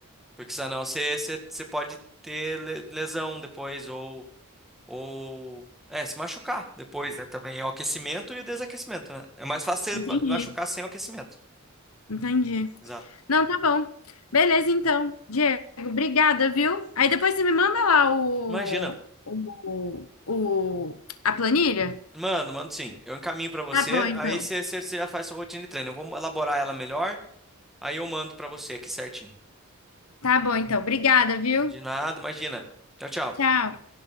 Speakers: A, in the centre; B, on the left.
A: porque senão você, você, você pode ter le- lesão depois ou, ou é, se machucar depois, né? Também é o aquecimento e o desaquecimento, né? É mais fácil
B: Entendi,
A: você ba- machucar sem o aquecimento.
B: entendi.
A: Exato.
B: Não, tá bom. Beleza, então. Diego, obrigada, viu? Aí depois você me manda lá o,
A: Imagina.
B: o, o, a planilha?
A: Mando, mando sim. Eu encaminho pra você,
B: Tá bom, então.
A: aí você você- você já faz sua rotina de treino. Eu vou elaborar ela melhor, aí eu mando pra você aqui certinho.
B: Tá bom, então. Obrigada, viu?
A: De nada, imagina. Tchau, tchau.
B: Tchau.